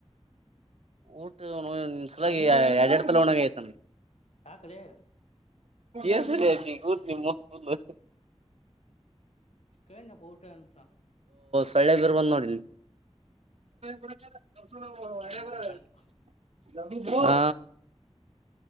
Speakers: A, on the right (about 70°); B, on the left (about 80°).
A: ಊಟಸಲಾಗಿ ಎರಡೆರಡು ಸಲ ಉಣ್ಣಂಗ್ ಆಗೈತಿ
B: ಯಾಕಲೇ
A: ಏನ್ ಕೆಲಸ ಇದೆ ನಿಮ್ಮವ್ವನ್ ತಲೋ
B: ಹೇಳದ್ನಪ್ಪ ಊಟ ಏನಂತ
A: ಪಳ್ಳೆ ಬೇರ್ ಬಂದ ನೋಡಿಲ್ಲ ಹುಚ್ ಸೂಳೇ ಮಗ
B: ಅವನ
A: ನೋಡಪ್ಪ
B: ಗಂಟ
A: ಹ